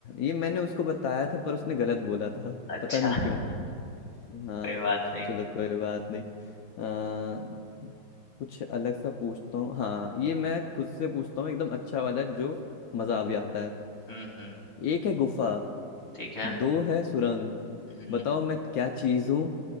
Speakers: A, on the left; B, on the left.
A: ये मैंने उसको बताया था पर उसने गलत बोला था
B: अच्छा
A: पता नहीं क्यों हाँ
B: कोई बात नहीं
A: चलो कोई बात नहीं आ, कुछ अलग सा पूछता हूँ हाँ ये मैं खुद से पूछता हूँ एकदम अच्छा वाला है जो मजा भी आता है
B: हम्म हम्म
A: एक है गुफा
B: ठीक है
A: दो है सुरंग
B: हम्म
A: बताओ मैं क्या चीज हूँ